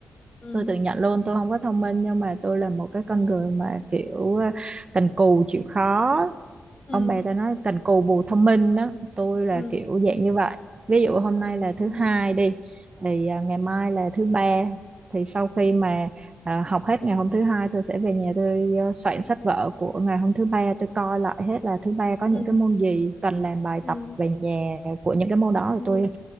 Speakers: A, on the left; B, on the right.
A: ừ
B: tôi tự nhận luôn tôi không có thông minh nhưng mà tôi là một cái con người mà kiểu à, cần cù chịu khó
A: ừ
B: ông bà ta nói cần cù bù thông minh đó tôi là
A: ừ
B: kiểu dạng như vậy ví dụ hôm nay là thứ
A: ừ
B: hai đi thì à, ngày mai là thứ ba thì sau khi mà à, học hết ngày hôm thứ hai tôi sẽ về nhà tôi à, soạn sách vở của ngày hôm thứ ba tôi coi lại hết là thứ ba có những
A: ừ
B: cái môn gì cần làm bài
A: ừ
B: tập về nhà của những cái môn đó rồi
A: ừ
B: tôi